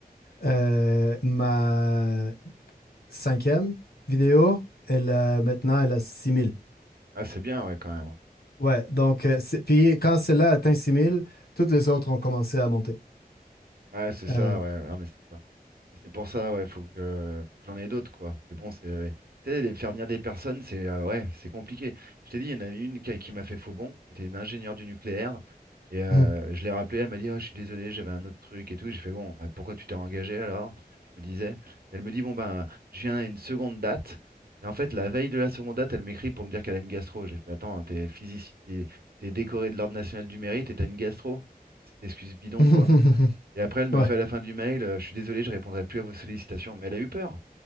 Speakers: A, on the left; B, on the right.
A: Euh, ma cinquième vidéo, elle a, maintenant, elle a 6000.
B: Ah, c'est bien, ouais, quand même.
A: Ouais, donc, euh, c'est- puis quand celle-là a atteint 6000, toutes les autres ont commencé à monter.
B: Ouais, c'est ça,
A: Euh,
B: ouais, ouais, non, mais c'est ça. Mais C'est pour ça, ouais, faut que je- faut que j'en ai d'autres, quoi. Mais bon, c'est, tu sais, les faire venir des personnes, c'est, euh, ouais, c'est compliqué. Je t'ai dit, il y en a eu une qui, qui m'a fait faux bond. C'était une ingénieure du nucléaire. Et euh,
A: hmm.
B: je l'ai rappelée, elle m'a dit, ah, je suis désolé, j'avais un autre truc et tout. Et J'ai fait, bon, ah, pourquoi tu t'es engagé alors? Je me disais. Et elle me dit, bon, ben, je viens à une seconde date. Et en fait, la veille de la seconde date, elle m'écrit pour me dire qu'elle a une gastro. J'ai fait, attends, t'es physicien, t'es t'es décoré de l'Ordre national du mérite et t'as une gastro. C'est une excuse bidon,
A: <laughs>
B: quoi. Et après, elle me
A: Ouais.
B: fait à la fin du mail, euh, je suis désolé, je répondrai plus à vos sollicitations. Mais elle a eu peur,